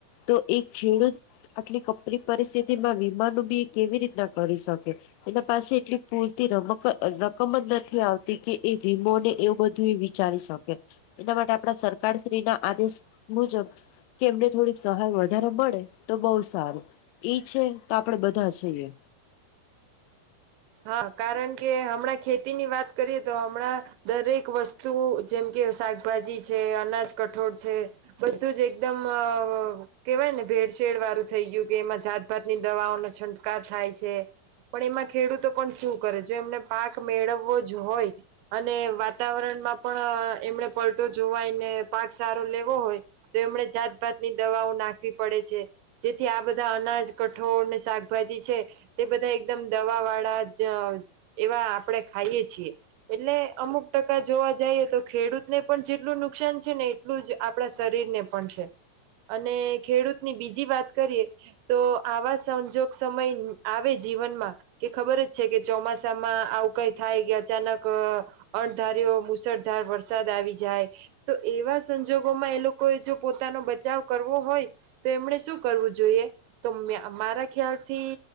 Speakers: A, on the left; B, on the right.
A: તો એ ખેડૂત આટલી કપરી પરિસ્થિતિમાં વીમાનું બી કેવી રીતના કરી શકે? એના પાસે એટલી પૂરતી રમક રકમ જ નથી આવતી કે એ વીમો ને એવુંય બધું વિ ચારી શકે, એના માટે આપણા સરકારશ્રી ના આદેશ મુજબ કે એમને થોડીક સહાય વધારે મળે, તો બહુ સારું. ઈ છે તો આપડે બધા જ છ ઈએ.
B: હા. કારણ કે હમણાં ખેતી ની વાત કરીએ તો હમણાં દરેક વસ્ તું જેમ કે શાકભાજી છે, અનાજ, કઠોળ છે બધું જ એકદમ અહ કેવાય ને ભેળસેેળ વાળું થઈ ગયું કે એમાં જાતભાત ની દવાઓનો છંટકાર થાય છે. પણ એમાં ખેડૂતો પણ શું કરે, જો એમને પાક મેળવવો જ હોય અને વાતાવરણમાં પણ એમણે પલટો જોવાય ને પાક સારો લેવો હોય, તો એમણે જાતભાત ની દવાઓ નાખવી પડે છે, જેથી આ બધા અનાજ, કઠોળ, ને શાકભાજી છે તે બધાય એકદમ દવા વાળા જ એવા આપણેે ખાઈએ છીએ, એટલે અમુક ટકા જ જોવા જઈએ તો ખેડૂત ને પણ જેટલું નુકસાન છે ને, એટલું જ આપણા શરીરને પણ છે. અને ખેડૂત ની બીજી વાત કરીએ, તો આવા સંજોગ સમય આવે જીવનમાં કે ખબર જ છે કે ચોમાસામાં આવું કંઈ થાય કે અચાનક અહ અણધારીયો મુશળધાર વરસાદ આવી જાય તો એવા સંજોગોમાં એ લોકોએ જો પોતાનો બચાવ કરવો હોય તો એમણે શું કરવું જોઈએ, તો મ મારા ખ્યાલથી